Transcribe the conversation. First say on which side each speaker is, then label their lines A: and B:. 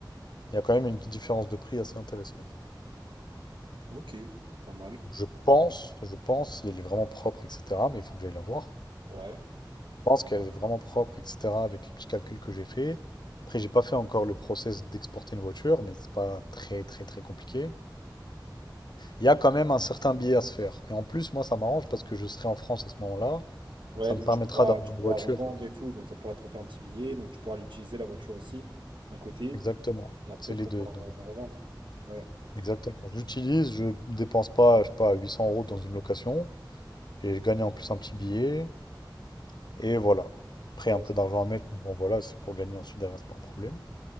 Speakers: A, on the left; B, on the right.
A: il y a quand même une différence de prix assez intéressante.
B: Ok. Pas mal.
A: Donc, je pense, je pense, si elle est vraiment propre, etc. Mais il faut que j'aille la voir.
B: Ouais,
A: Je pense qu'elle est vraiment propre, etc. Avec les petits calculs que j'ai fait. Après, j'ai pas fait encore le process d'exporter une voiture, mais c'est pas très très très compliqué. Il y a quand même un certain billet à se faire. Et en plus, moi, ça m'arrange parce que je serai en France à ce moment-là.
B: Ouais,
A: Ça me
B: donc
A: permettra
B: tu pourras,
A: d'avoir
B: tu
A: une
B: pourras
A: voiture.
B: revendre et tout, donc ça pourra te refaire un petit billet, donc tu pourras l'utiliser la voiture aussi, d'un côté,
A: Exactement.
B: et après
A: C'est
B: pouvoir
A: les deux. donc,
B: euh, la revendre. Ouais,
A: Exactement. Je l'utilise, je dépense pas, je sais pas, 800 euros dans une location. Et je gagne en plus un petit billet. Et voilà. Après,
B: ouais,
A: un peu d'argent à mettre. mais Bon, voilà, c'est pour gagner ensuite derrière, c'est pas un problème.